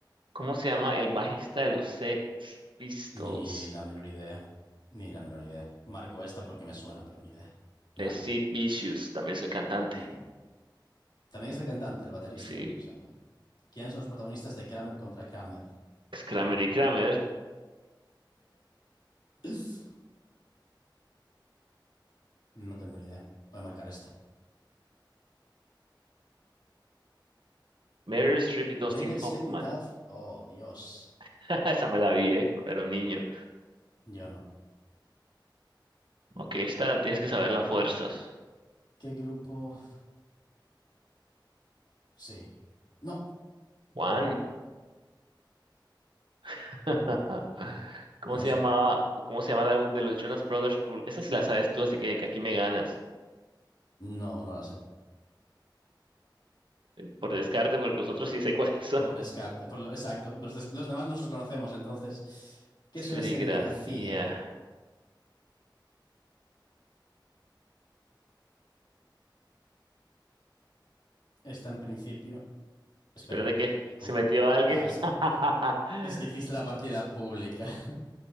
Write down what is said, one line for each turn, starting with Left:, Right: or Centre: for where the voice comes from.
Right: ¿Cómo se llama el bajista de los Sex Pistols?
Left: Ni la menor idea. Ni la menor idea. Marco esta porque me suena, pero ni idea.
Right: Es
Left: Nah.
Right: Sid Vicious, también es el cantante.
Left: ni- También es el cantante, el baterista.
Right: Sí,
Left: O sea, bueno. ¿Quiénes son los protagonistas de Kramer contra Kramer?
Right: es Kramer y Kramer,
Left: <clears throat> No tengo ni idea. Voy a marcar esta.
Right: Meryl Streep y Dustin
Left: Meryl Streep
Right: Hoffman.
Left: y Duff. Oh, Dios.
Right: <laughs> Esa me la vi, eh, cuando era un niño.
Left: Yo no.
Right: Ok, esta tienes que saber las fuerzas.
Left: ¿Qué grupo? Sí. No,
Right: Juan. <laughs> ¿Cómo
Left: no
Right: se
Left: sé.
Right: llamaba? ¿Cómo se llama el álbum de los Jonas Brothers? Full- Esa sí la sabes tú, así que aquí me ganas.
Left: No, no la sé.
Right: Por descarte, porque los otros sí sé <laughs> cuáles son.
Left: Por descarte, por lo- exacto. Los, des- los demás no los conocemos, entonces. ¿Qué es
Right: Serigrafía.
Left: una serigrafía? Está en principio. Espera,
Right: Espérate que
Left: ¿cómo?
Right: se metió alguien.
Left: Ah, es que,
Right: <laughs>
Left: es que hiciste la partida pública. <laughs>